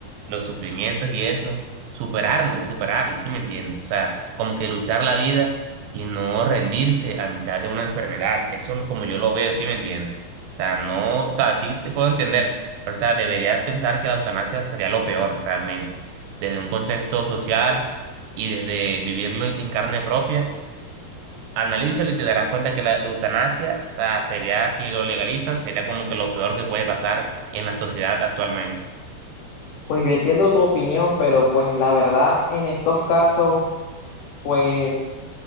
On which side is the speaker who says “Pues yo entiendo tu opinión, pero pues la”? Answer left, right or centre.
Left